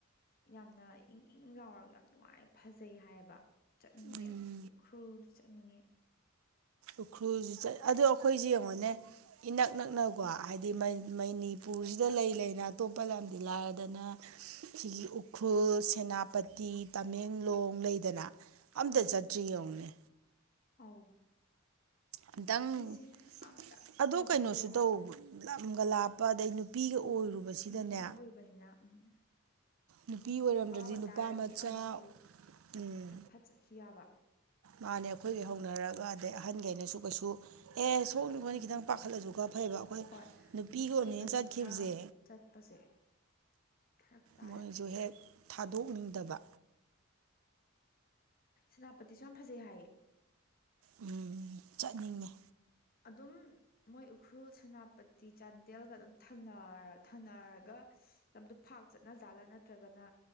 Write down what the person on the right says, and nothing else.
ꯎꯝ
ꯎꯈ꯭ꯔꯨꯜꯁꯤ ꯆꯠ ꯑꯗꯣ ꯑꯩꯈꯣꯏꯁꯦ ꯌꯦꯡꯉꯣꯅꯦ ꯏꯅꯛ ꯅꯛꯅꯀꯣ ꯍꯥꯏꯗꯤ ꯃꯅꯤ
ꯃꯩꯅꯤ ꯃꯅꯤꯄꯨꯔꯁꯤꯗ ꯂꯩ ꯂꯩꯅ ꯑꯇꯣꯞꯄ ꯂꯝꯗꯤ ꯂꯥꯏꯔꯗꯅ ꯁꯤꯒꯤ ꯎꯈ꯭ꯔꯨꯜ ꯁꯦꯅꯥꯄꯇꯤ ꯇꯃꯦꯡꯂꯣꯡ ꯂꯩꯗꯅ ꯑꯝꯇ
ꯆꯠꯇ꯭ꯔꯤ ꯌꯦꯡꯉꯨꯅꯦ
ꯑꯝꯇꯪ
ꯑꯗꯣ ꯀꯩꯅꯣꯁꯨ
ꯇꯧꯕ ꯂꯝꯒ ꯂꯥꯞꯄ ꯑꯗꯩ ꯅꯨꯄꯤꯒ ꯑꯣꯏꯔꯨꯕꯁꯤꯗꯅꯦ
ꯅꯨꯄꯤ ꯑꯣꯏꯔꯝꯗ꯭ꯔꯗꯤ
ꯃꯆꯥ
ꯎꯝ
ꯃꯥꯅꯦ ꯑꯩꯈꯣꯏꯒꯩ ꯍꯧꯅꯔꯒ ꯑꯗꯩ ꯑꯍꯟꯈꯩꯅꯁꯨ ꯀꯩꯁꯨ ꯑꯦ ꯁꯣꯛꯅꯤ ꯈꯣꯠꯅꯤ
ꯈꯤꯇꯪ ꯄꯥꯈꯠꯂꯁꯨ ꯈꯔ ꯐꯩꯕ ꯑꯩꯈꯣꯏ
ꯅꯨꯄꯤꯒꯑꯣꯏꯕꯅꯤꯅ
ꯆꯠꯈꯤꯕꯁꯦ
ꯃꯣꯏꯁꯨ ꯍꯦꯛ ꯊꯥꯗꯣꯛꯅꯤꯡꯗꯕ
ꯎꯝ ꯆꯠꯅꯤꯡꯉꯦ